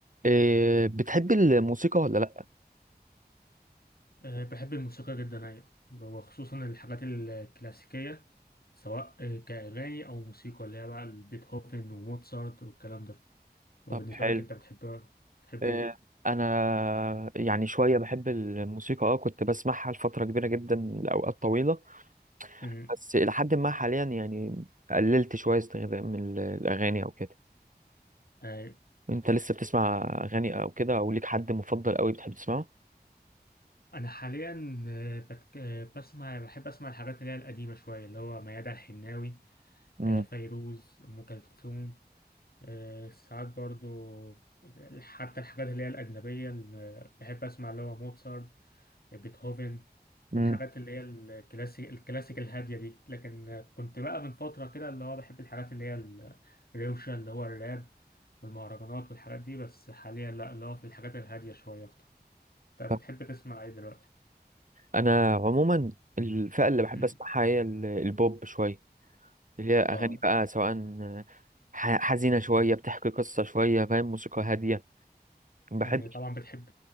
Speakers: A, on the right; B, on the left.
A: إيه بتحب الموسيقى ولا لأ؟
B: أه، بحب الموسيقى جدا أيوة وخصوصا الحاجات الكلاسيكية سواء أه، كأغاني أو موسيقى اللي هي بقى بيتهوفن وموتسارت والكلام ده وبالنسبة
A: طب حلو
B: لك أنت بتحب بتحب
A: إيه
B: إيه؟
A: أنا يعني شوية بحب الموسيقى أه كنت بسمعها لفترة كبيرة جدا لأوقات طويلة
B: أمم،
A: بس إلى حد ما حاليا يعني قللت شوية استخدام من الأغاني أو كده
B: أه،
A: أنت لسه بتسمع أغاني أو كده أو ليك حد مفضل أوي بتحب تسمعه؟
B: أنا حاليا أه، بت- أه، بسمع بحب أسمع الحاجات اللي هي القديمة شوية اللي هو ميادة الحناوي
A: مم.
B: أه، فيروز أم كلثوم أه، ساعات برضو حتى الحاجات اللي هي الأجنبية اللي بحب أسمع اللي هو موتسارت يعني بيتهوفن
A: مم.
B: الحاجات اللي هي الكلاسيك الكلاسيك الهادية دي لكن كنت بقى من فترة كده اللي هو بحب الحاجات اللي هي الروشة اللي هو الراب والمهرجانات والحاجات دي بس حاليا لا اللي هو في الحاجات الهادية شوية أكتر طب
A: طب
B: بتحب تسمع إيه دلوقتي؟
A: أنا عموما الفئة اللي بحب
B: امم
A: أسمعها هي ال- البوب شوية اللي هي أغاني
B: اه
A: بقى سواء ح- حزينة شوية بتحكي قصة شوية فاهم موسيقى هادية بحب
B: يعني طبعا بتحب